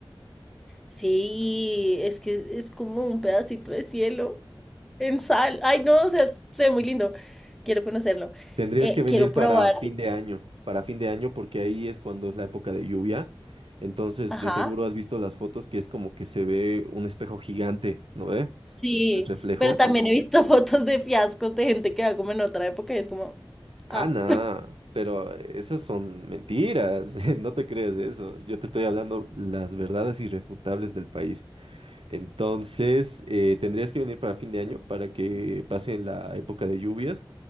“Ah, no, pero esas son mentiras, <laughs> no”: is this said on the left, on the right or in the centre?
Right